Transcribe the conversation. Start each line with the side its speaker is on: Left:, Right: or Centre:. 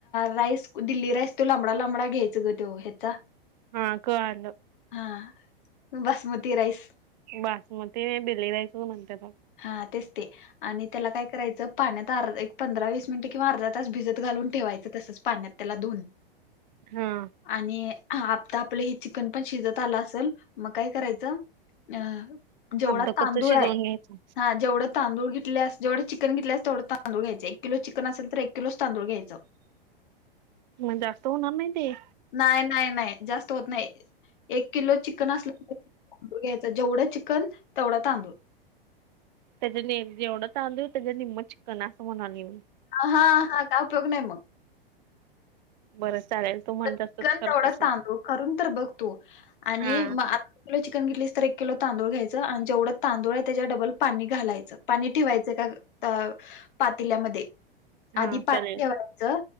Left: राईस दिल्ली राईस तो लांबडा लांबडा घ्यायच ग तो ह्याचा
Right: हा कळालं.
Left: हा बासमती राईस.
Right: बासमती दिलीरायच म्हणतात ओ.
Left: हा तेच ते आणि त्याला काय करायचं पाण्यात अर एक पंधरा वीस मिनट किंवा अर्धा तास भिजत घालून ठेवायचं तसच. पाण्यात त्याला धुऊन.
Right: हा
Left: आणि आता आपलं हे चिकन पण शिजत आलं असेल मग काय करायचं अ जेवढा
Right: अर्ध
Left: तांदूळ
Right: कच्च शिजवून
Left: आहे
Right: घ्यायचं
Left: हा जेवढ तांदूळ घेतल्यास जेवढं चिकन घेतल्यास तेवढ तांदूळ घ्यायचं एक किलो चिकन असेल तर एक किलोच तांदूळ घ्यायचं.
Right: मग जास्त होणार नाही ते?
Left: नाही नाही नाही जास्त होत नाही एक किलो चिकन असलं तांदूळ घ्यायचा जेवढं चिकन तेवढा तांदूळ.
Right: त्याच्या निम जेवढं तांदुळ त्याच्या निम्म चिकन असं म्हणालोय मी.
Left: हा हा काय उपयोग नाही मग.
Right: बरं चालेल. तू म्हणत
Left: चिकन
Right: तसच करतो
Left: तेवढं तांदूळ
Right: बघ
Left: करून तर बघ तु आणि
Right: हा
Left: मग आ एक किलो चिकन घेतलीस तर एक किलो तांदूळ घ्यायचं आणि जेवं जेवढं आहे त्याच्यावर डबल पाणी घालायचं. पाणी ठेवायचं का पातील्यामध्ये
Right: हा
Left: आधी पाणी
Right: चालेल
Left: ठेवायचं